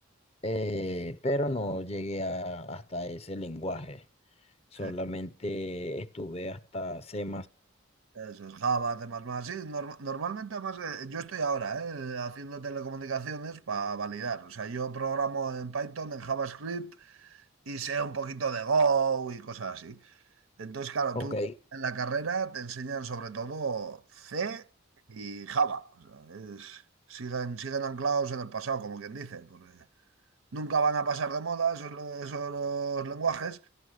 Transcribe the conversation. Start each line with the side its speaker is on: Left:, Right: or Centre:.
Left: eh, pero no llegué a- hasta ese lenguaje, solamente
Right: Sí.
Left: estuve hasta C++.
Right: Eso es Java, temas más. Sí, norm- normalmente además eh, yo estoy ahora eh, haciendo telecomunicaciones para validar. O sea, yo programo en Python, en JavaScript y sé un poquito de Go y cosas así. Entonces, claro,
Left: Ok,
Right: tú en la carrera te enseñan sobre todo C y Java. O sea, es- siguen, siguen anclados en el pasado, como quien dice, porque nunca van a pasar de moda esos, esos los lenguajes,